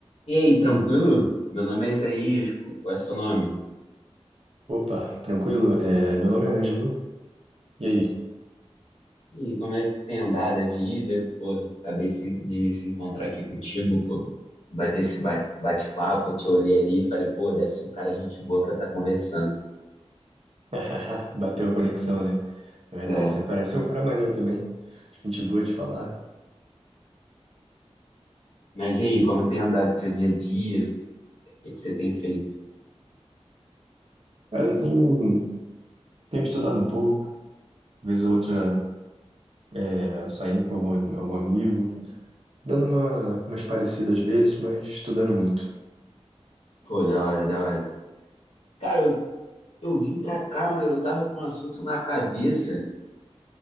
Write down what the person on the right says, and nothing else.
Opa, tranquilo? É, meu nome é Ângelo. E aí?
<laughs> Bateu a conexão, né? Na verdade,
você parece um cara maneiro também. Gente boa de falar.
Cara, eu tenho, tenho estudado um pouco, vez ou outra é, saindo com algum, algum amigo, dando uma, umas parecidas vezes, mas estudando muito.